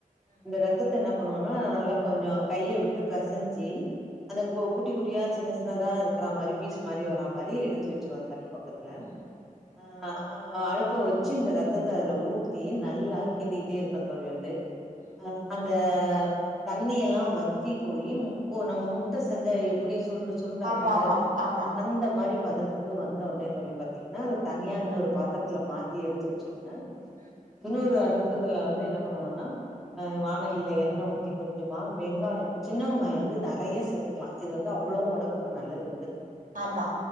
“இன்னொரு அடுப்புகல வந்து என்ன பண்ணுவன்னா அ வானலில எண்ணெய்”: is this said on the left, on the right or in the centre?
Centre